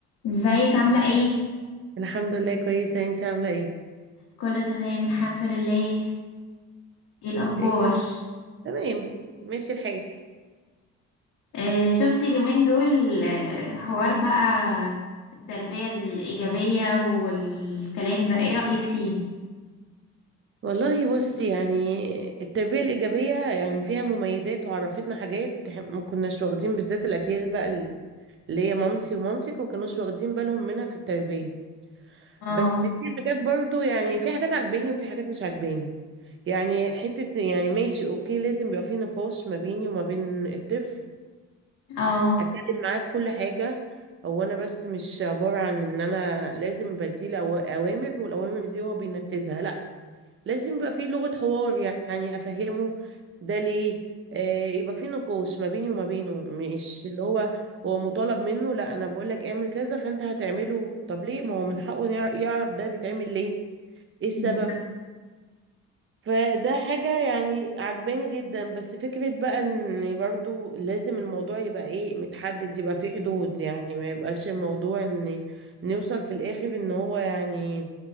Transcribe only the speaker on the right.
الحمد لله كويسة انتي عاملة ايه؟
ايه تمام ماشي الحال
والله بصي يعني التربية الإيجابية يعني فيها مميزات وعرفتنا حاجات إح- ما كناش واخدين بالذات الأجيال بقى ال- اللي هي مامتي ومامتك ما كانوش واخدين بالهم منها في التربية
بس في حاجات برضو يعني في حاجات عجباني وفي حاجات مش عجباني يعني حتة يعني ماشي اوكي لازم يبقى في نقاش ما بيني وما بين الطفل
اتكلم معاه في كل حاجه هو انا بس مش عباره عن ان انا لازم بديله أو- اوامر والاوامر دي هو بينفذها لا لازم يبقى في لغه حوار يعني افهمه ده ليه آه يبقى في نقاش ما بيني وما بينه مش اللي هو هو مطالب منه لا انا بقول لك اعمل كذا فانت هتعمله طب ليه ما هو من حقه يع- يعرف ده بيتعمل ليه ايه السبب
فده حاجة يعني عجباني جدا بس فكرة بقى ان برضو لازم الموضوع يبقى ايه متحدد يبقى فيه حدود يعني ما يبقاش الموضوع ان نوصل في الاخر ان هو يعني